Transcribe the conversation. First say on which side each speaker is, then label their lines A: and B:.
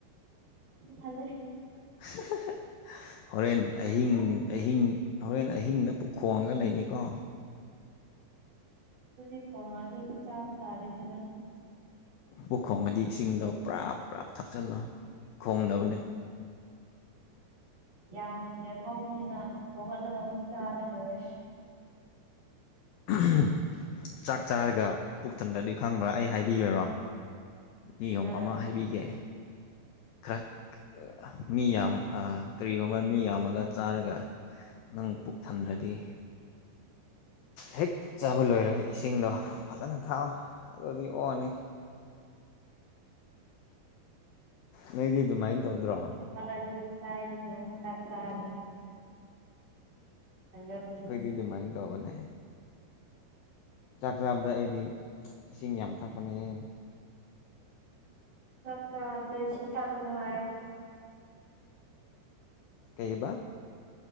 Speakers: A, on the right; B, on the left.
A: ꯊꯜꯂꯦ
B: <unintelligible> ꯍꯣꯔꯦꯟ ꯑꯍꯤꯡ
A: ꯑꯣ
B: ꯑꯍꯤꯡ ꯍꯣꯔꯦꯟ ꯑꯍꯤꯡꯗ ꯄꯨꯛ ꯈꯣꯡꯉꯒ ꯂꯩꯅꯤꯀꯣ
A: ꯑꯗꯨꯗꯤ ꯈꯣꯡꯉꯥꯗꯤ ꯑꯃꯨꯛ ꯆꯥꯕ ꯇꯥꯔꯦꯗꯅ
B: ꯄꯨꯛ ꯈꯣꯡꯉꯗꯤ ꯏꯁꯤꯡꯗꯣ ꯄ꯭ꯔꯞ ꯄ꯭ꯔꯞ ꯊꯥꯛꯆꯜꯂꯣ ꯈꯣꯡꯗꯕꯅꯦ
A: ꯌꯥꯝ ꯂꯦꯝꯍꯧꯅꯤꯅ ꯍꯧꯒꯠꯂꯒ ꯑꯃꯨꯛ ꯆꯥꯔ ꯂꯣꯏꯔꯦ
B: ꯎꯍꯨꯝ ꯆꯥꯛ ꯆꯥꯔꯒ ꯄꯨꯛ ꯊꯟꯗ꯭ꯔꯗꯤ ꯈꯥꯡꯕ꯭ꯔꯥ ꯑꯩ ꯍꯥꯏꯕꯤꯌꯨꯔꯣ ꯅꯤꯌꯣꯝ
A: ꯑ
B: ꯑꯃ ꯍꯥꯏꯕꯤꯒꯦ ꯈꯔ ꯑ ꯃꯤ ꯌꯥꯝ ꯑ ꯀꯔꯤꯒꯨꯝꯕ ꯃꯤ ꯌꯥꯝꯃꯒ ꯆꯥꯔꯒ ꯅꯪ ꯄꯨꯛ ꯊꯟꯗ꯭ꯔꯗꯤ ꯍꯦꯛ ꯆꯥꯕ ꯂꯣꯏꯔꯒ ꯏꯁꯤꯡꯗꯣ ꯐꯖꯅ ꯊꯥꯛꯑꯣ ꯑꯗꯨꯒꯤ ꯑꯣꯛꯑꯅꯤ ꯅꯣꯏꯗꯤ ꯑꯗꯨꯃꯥꯏꯅ ꯇꯧꯗ꯭ꯔꯣ
A: ꯏꯁꯤꯡ ꯊꯛꯑꯗꯤ ꯀꯥꯏꯗꯒꯤ ꯑꯃꯨꯛ ꯆꯥꯛ ꯆꯥꯅꯤ ꯑꯗꯨ
B: ꯈꯣꯏꯗꯤ ꯑꯗꯨꯃꯥꯏꯅ ꯇꯧꯕꯅꯦ ꯆꯥꯛ ꯆꯥꯕꯗ ꯑꯩꯗꯤ ꯏꯁꯤꯡ ꯌꯥꯝ ꯊꯛꯄꯅꯦꯍꯦ
A: ꯆꯥꯛ ꯆꯥꯕꯗ ꯏꯁꯤꯡ ꯊꯛꯀꯅꯨ ꯍꯥꯏ
B: ꯀꯩꯕ